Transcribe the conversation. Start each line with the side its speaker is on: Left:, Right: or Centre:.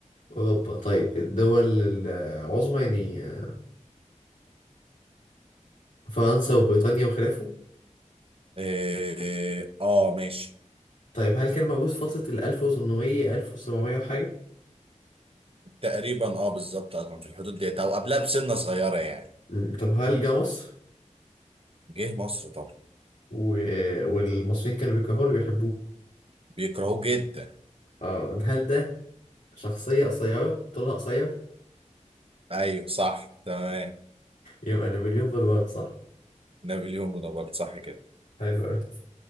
Left: اوروبا طيب الدول العظمى يعني آه، فرنسا وبريطانيا وخلافه
Right: إيه، اه ماشي
Left: طيب هل كان موجود في فترة ال 1800 1700 وحاجة؟
Right: تقريبا اه بالظبط اه كان في الحدود ديت او قبلها بسنة صغيرة يعني
Left: مم، طب هل جه مصر؟
Right: جه مصر طبعا
Left: و... والمصريين كانوا بيكرهوه اللي بيحبوه
Right: بيكرهوه جدا
Left: اه هل ده شخصية قصيرة طولها قصير
Right: ايوه صح تمام
Left: يبقى نابليون بونابرت صح
Right: نابليون بونابرت صح كده
Left: حلو أوي